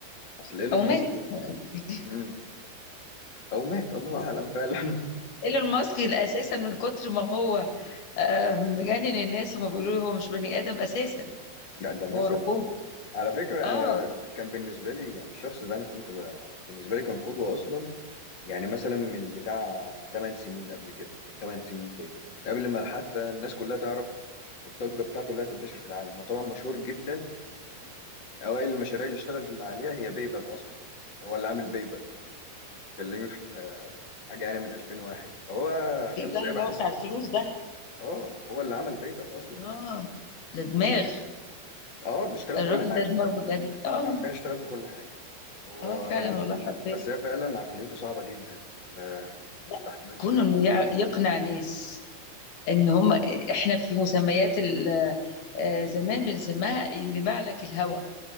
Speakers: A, on the left (about 40°); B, on the left (about 55°).
A: أصل إيلون
B: او
A: ماسك
B: مات <laughs>
A: مم. أو مات الله أعلم فعلا <laughs>
B: ايلون ماسك اساسا من كتر ما هو آه، مجنن الناس هما بيقولوا له هو مش بني ادم اساسا
A: يعني ده مثلا
B: هو روبوت
A: على فكرة
B: اه
A: أنا كان بالنسبة لي يعني الشخص ده أنا كنت ب... بالنسبة لي كان قدوة أصلا يعني مثلا من بتاع 8 سنين قبل كده من 8 سنين فاتوا من قبل ما حتى الناس كلها تعرف الضجة بتاعته اللي هتنتشر في العالم هو طبعا مشهور جدا يعني ده من أوائل المشاريع اللي اشتغل عليها هي بيبل أصلا هو اللي عامل بيبل اتكلمي في آه، حاجة يعني من 2001 هو شخصية
B: ايه ده اللي
A: بحس
B: هو بتاع الفلوس ده
A: اه هو اللي عمل بيبل أصلا
B: اه ده دماغ
A: اه ده اشتغل
B: الراجل
A: في كل حاجة
B: ده دماغ بجد اه
A: حرفيا اشتغل في كل حاجة هو
B: اه فعلا والله حرفيا
A: بس هي فعلا عقليته صعبة جدا لا
B: لا
A: تستحملش
B: كونه
A: حد
B: انه يع- يقنع ناس ان هم احنا في مسميات ال- آه، زمان بنسميها ان معلك الهوى